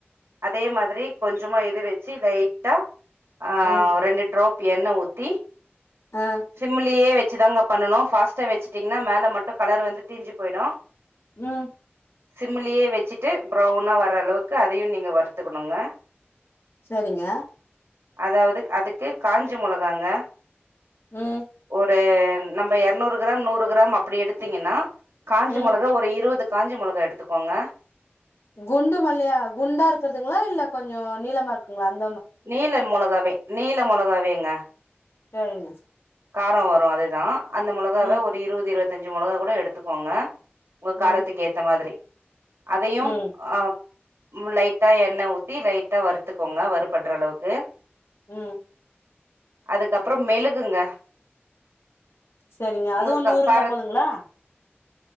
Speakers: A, on the right (about 85°); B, on the left (about 80°).
A: அதே மாதிரி கொஞ்சமா இது வச்சு லைட்டா ஆ
B: ம்
A: ரெண்டு ட்ராப் பு எண்ண ஊத்தி
B: ஆ
A: சிம்லயே வெச் சிதாங்க பண்ணணு ஃபாஸ்ட்டா வச்சுட்டிங்கன்னா மேல மட்டு கலர் வந்து தீஞ்சு போயிடு
B: ம்
A: சிம்லியே வச்சிட்டு ப்ரௌனா வர்ற அளவு க்கு அதையு நீங்க வறுத்துக்கணுங்க.
B: சரிங்க.
A: அதாவது அதுக்கு காஞ்ச மொளகாங்க
B: ம்
A: ஒரு ம் நம்ப எரநூறு கிராம் நூறு கிராம் அப்படி எடுத்தீங்கன்னா காஞ்ச
B: ம்
A: மொளகா ஒரு இருவது காஞ்ச மொளகா எடுத்துக்கோங்க.
B: குண்டு மல்லியா குண்டா இருக்குறதுங்களா இல்ல கொஞ்சோ நீளமா இருக்குங்களா அ
A: நீள மொளகாவே நீள மொளகாவேங்க.
B: சேரிங்க.
A: காரோ வரு அதுதா. அந்த மொளகாவ
B: ம்
A: ஒரு இருவது இருவத் த்தஞ்சு மொளகா கூட எடுத்துக்கோங்க உங்க
B: ம்
A: காரத்துக்கு ஏத்த மாதிரி. அதயும்
B: ம்
A: அ ம் லைட்டா எண்ண ஊத்தி லைட்டா வறுத்துக்கோங்க வறுபடுற அளவுக்கு.
B: ம்
A: அதுக்கப்புறோ மெளுகுங்க
B: சரிங்க
A: உங்க
B: அதுவு
A: கா
B: நூறு இருந்தா
A: கார
B: போதுங்களா?